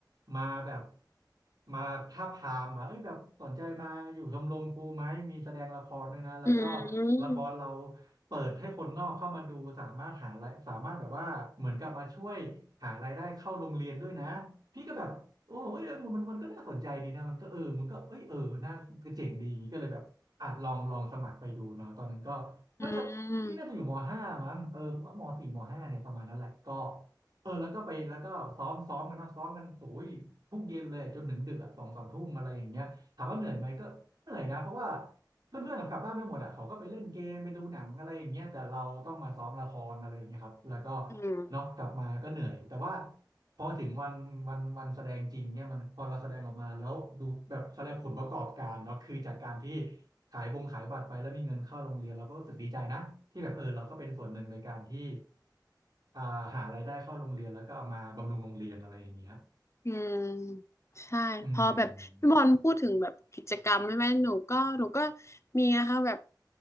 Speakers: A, on the right (about 60°); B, on the left (about 40°).
A: มาแบบมาทาบทามว่าเอ้ยแบบสนใจมาอยู่ชมรมครูไหมมีแสดงละครด้วยนะแล้วก็
B: อืม
A: ละครเรา เปิดให้คนนอกเข้ามาดูสามารถหารายสามารถแบบว่าเหมือนกับมาช่วยหารายได้เข้าโรงเรียนด้วยนะพี่ก็แบบโอ้เอ้ยเอ้ยมันมันมันก็น่าสนใจดีนะมันก็เออมันก็เอ้ยเออน่าก็เจ๋งดีอย่างนี้ก็เลยแบบอ่ะลองลองสมัครไปดูเนาะตอนนั้นก็
B: อืม
A: น่าจะพี่น่าจะอยู่มห้ามั้งเออมสี่มห้าเนี่ยประมาณนั้นแหละก็เออแล้วก็ไปแล้วก็ซ้อมซ้อมกันเนาะซ้อมกันโุ้ยทุกเย็นเลยจนถึงดึกอ่ะสองสามทุ่มอะไรอย่างเงี้ยถามว่าเหนื่อยไหมก็เหนื่อยนะเพราะว่า เพื่อนๆเขากลับบ้านไม่หมดอ่ะเขาก็ไปเล่นเกมไปดูหนังอะไรอย่างเงี้ยแต่เราต้องมาซ้อมละครอะไรอย่างเงี้ยครับแล้วก็
B: อืม
A: เนาะกลับมาก็เหนื่อยแต่ว่าพอถึงวันวันวันแสดงจริงเนี่ยมันพอเราแสดงออกมาแล้วดูแบบเขาเรียกผลประกอบการเนาะคือจากการที่ขายบงขายบัตรไปแล้วมีเงินเข้าโรงเรียนเราก็รู้สึกดีใจนะที่แบบเออเราก็เป็นส่วนหนึ่งในการที่อ่าหารายได้เข้าโรงเรียนแล้วก็เอามาบำรุงโรงเรียนอะไรอย่างเงี้ย
B: อืมใช่พอแบบพี่บอลพูดถึงแบบกิจกรรมใช่ไหมหนูก็หนูก็
A: อืม
B: มีนะคะแบบ